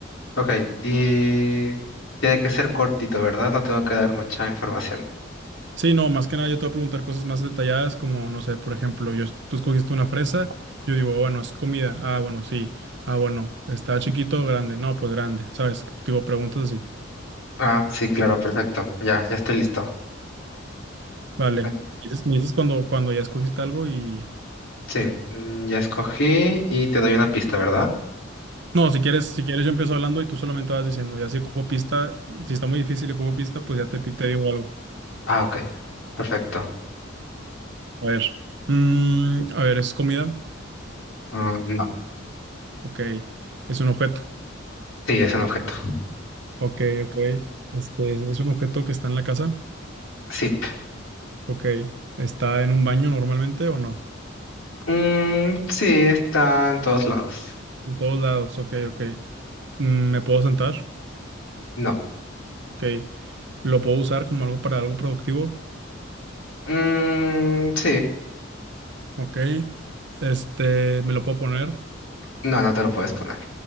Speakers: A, on the left; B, on the right.
A: ok, y tiene que ser cortito, ¿verdad? No tengo que dar mucha información.
B: Sí, no, más que nada yo te voy a preguntar cosas más detalladas, como, no sé, por ejemplo, yo, tú escogiste una fresa, yo digo, "Ah, bueno, es comida, ah, bueno, sí, ah, bueno, está chiquito o grande, no, pues grande, ¿sabes? Digo, preguntas así,
A: Ah, sí, claro, perfecto. Ya, ya estoy listo.
B: vale,
A: Eh,
B: me dices, me dices cuando, cuando ya escogiste algo y...
A: Sí, mm, ya escogí y te doy una pista, ¿verdad?
B: No, si quieres, si quieres yo empiezo hablando y tú solamente vas diciendo, ya si ocupo pista, si está muy difícil y ocupo pista, pues ya te, pi- te digo algo.
A: Ah, ok, perfecto.
B: A ver, mm, a ver, ¿es comida?
A: Ah, no,
B: Ok, es un objeto,
A: sí, es un objeto.
B: ok, ok, este, ¿es un objeto que está en la casa?
A: Sí.
B: Ok, ¿está en un baño normalmente o no?
A: Mm, sí, está en todos lados.
B: En todos lados, ok, ok. Mm, ¿Me puedo sentar?
A: No.
B: Ok. ¿Lo puedo usar como algo para algo productivo?
A: Mm, sí,
B: Ok. Este, ¿me lo puedo poner?
A: no, no te lo puedes poner.